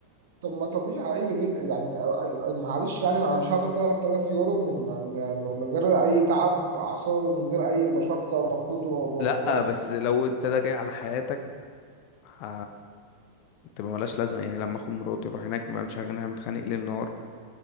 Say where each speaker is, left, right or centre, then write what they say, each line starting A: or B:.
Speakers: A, on the right; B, on the left.
A: طب ما طبيعي اي بيت يعني أي- معلش يعني انا مش هقبض 3000 يورو من من من غير اي تعب اعصاب ومن غير اي مشقه ومجهود و- و-
B: لا
A: وقرف
B: بس لو انت ده جاي على حياتك ه... تبقى ملهاش لازمة يعني لما اخد مراتي واروح هناك ما مش هغني متخانق ليل نهار